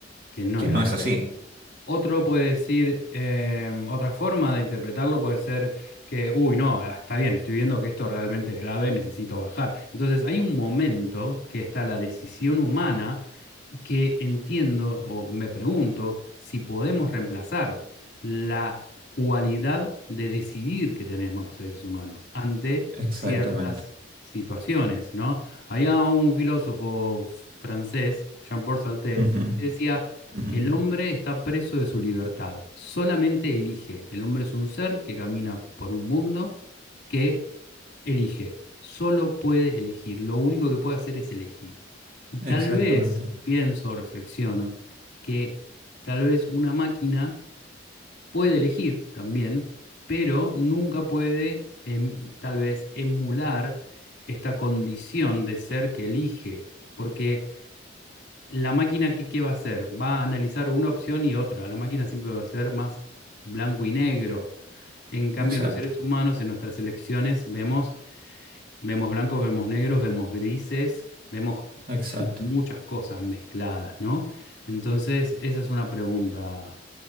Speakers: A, on the left; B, on the right.
A: que no
B: que
A: es grave.
B: no es así.
A: Otro puede decir, eh, otra forma de interpretarlo puede ser que, uy, no, ah, está bien, estoy viendo que esto realmente es grave, necesito bajar. Entonces hay un momento que está la decisión humana y que entiendo o me pregunto si podemos reemplazar la cualidad de decidir que tenemos los seres humanos ante
B: Exactamente.
A: ciertas situaciones, ¿no? Había un filósofo francés, Jean-Paul Sartre,
B: Ujú,
A: que decía
B: ujú.
A: el hombre está preso de su libertad, solamente elige. El hombre es un ser que camina por un mundo que elige, solo puede elegir, lo único que puede hacer es elegir. Y tal
B: Exactamente.
A: vez, pienso, reflexiono, que tal vez una máquina puede elegir también, pero nunca puede em, tal vez emular esta condición de ser que elige, porque la máquina, ¿qué, qué va a hacer? Va a analizar una opción y otra. La máquina siempre va a ser más blanco y negro. En cambio,
B: Exacto.
A: los seres humanos en nuestras elecciones vemos, vemos blancos, vemos negros, vemos grises, vemos <laughs>
B: Exacto.
A: muchas cosas mezcladas, ¿no? Entonces, esa es una pregunta